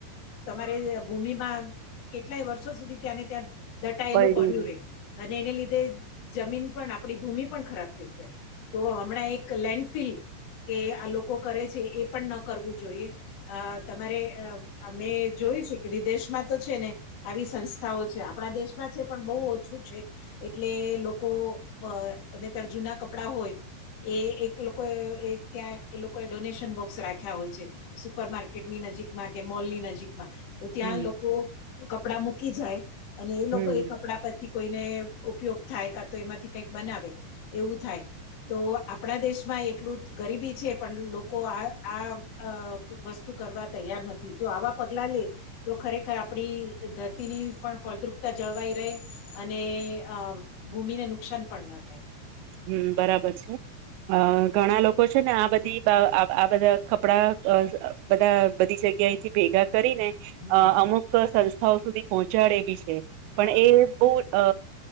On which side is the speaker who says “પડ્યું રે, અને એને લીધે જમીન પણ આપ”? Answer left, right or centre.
Left